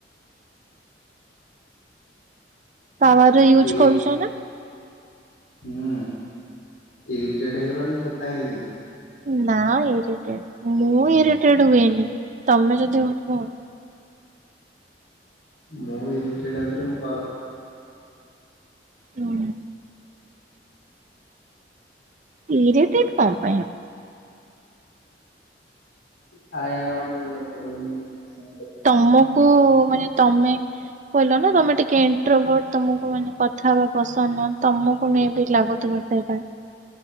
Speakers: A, on the right; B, on the left.
A: ପାୱାର ୟୁଜ୍
B: ଇରି
A: କରୁଛ ନା?
B: ହୁଁ ଇରିଟେଡ ହେଇଗଲଣି କି କଥା ହେଇ ହେଇ?
A: ନା ଇରିଟେଡ ମୁଁ ଇରିଟେଡ ହୁଏନି ତମେ ଯଦି ହଉଥିବ।
B: ମୁଁ ଇରିଟେଡ ହେଉଥିଲେ ମୁଁ କଲ କରିଥାନ୍ତି।
A: ହୁଁ। ଇରିଟେଡ କଅ ପାଇଁ ହେବି।
B: ଥାଏ ନା ଗୋଟେ ଲୋକର ପୁଣି ପ୍ରେସେନ୍ସ।
A: ତମକୁ ମାନେ ତମେ କହିଲ ନା ତମେ ଟିକେ ଏଣ୍ଟୋରଭଟ ତମକୁ ମାନେ କଥା ହବା ପସନ୍ଦ ନୁହଁ ତମକୁ ମେ ବି ଲାଗୁ ତୁମ ପାଇଁକା।